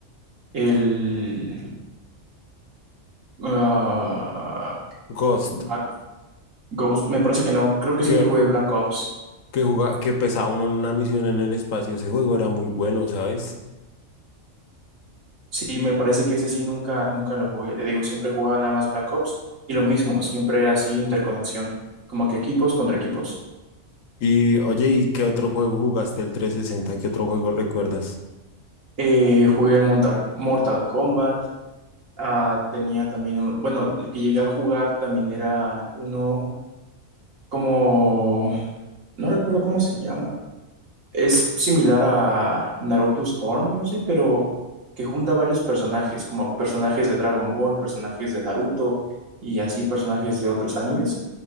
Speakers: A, on the right (about 80°); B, on the left (about 80°).
A: El... ah,
B: Ghost.
A: Black Ghost, me parece que no, creo que siempre
B: Que,
A: jugué Black Ops.
B: que jugaba, que pesaba uno en una misión en el espacio. Ese juego era muy bueno, ¿sabes?
A: Sí, me parece que ese sí nunca, nunca lo jugué. Te digo, siempre jugaba nada más Black Ops y lo mismo, siempre era así interconexión, como que equipos contra equipos.
B: Y, oye, ¿y qué otro juego jugaste el 360? ¿Qué otro juego recuerdas?
A: Eh, jugué Montar- Mortal Kombat, ah, tenía también un, bueno, el que llegué a jugar también era uno como, no recuerdo cómo se llama, Es similar a Naruto Storm, no sé, pero que junta varios personajes, como personajes de Dragon Ball, personajes de Naruto y así personajes de otros animes.